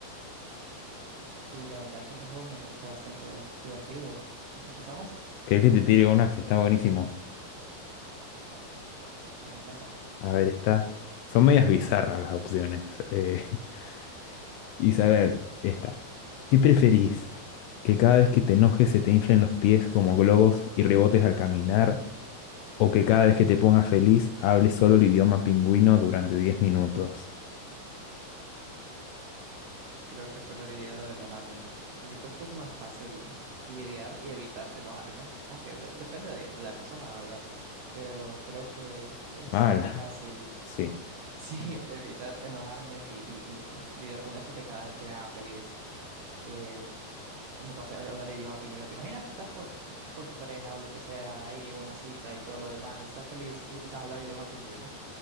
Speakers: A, on the right; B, on the left.
A: Sí, la verdad es que ese juego me parece bastante divertido. ¿Empezamos?
B: Que el que te tire unas está buenísimo.
A: Me encanta.
B: A ver, está...
A: Dale.
B: Son medias bizarras las opciones. eh, <laughs> y saber, esta. ¿Qué preferís? ¿Que cada vez que te enojes se te inflen los pies como globos y rebotes al caminar? ¿O que cada vez que te pongas feliz hables solo el idioma pingüino durante diez minutos?
A: Creo que preferiría lo de enojarme, cr- porque creo que es más fácil lidiar y evitar enojarme, aunque de- depende de, de la persona, ¿verdad? Pero creo que es
B: Mal.
A: más fácil,
B: Sí.
A: <laughs> sí, evitar enojarme y, y- y lidiar con eso que cada vez que me haga feliz. Em, Me pasa a hablar idioma pingüino. ¿Te imaginas que estás con, con tu pareja o lo que sea ahí en una cita y todo lo demás y estás feliz y empiezas a hablar idioma pingüino?